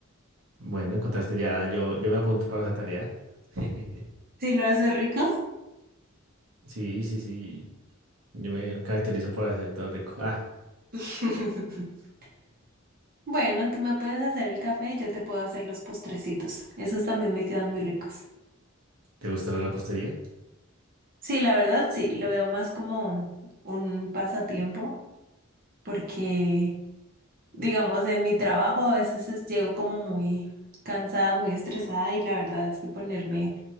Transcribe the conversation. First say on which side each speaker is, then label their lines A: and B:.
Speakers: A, on the right (about 85°); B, on the right (about 45°).
A: Bueno, encontraste ya, yo, yo me apunto para esa tarea. <laughs>
B: Si lo hace rico,
A: Sí, sí, sí. Yo me caracterizo por hacer todo rico. Ah,
B: <laughs> bueno, tú me puedes hacer el café y yo te puedo hacer los postrecitos. Esos también me quedan muy ricos.
A: ¿te gusta la repostería?
B: Sí, la verdad, sí, lo veo más como un pasatiempo porque, digamos, en mi trabajo a veces es- llego como muy cansada, muy estresada y la verdad es que ponerme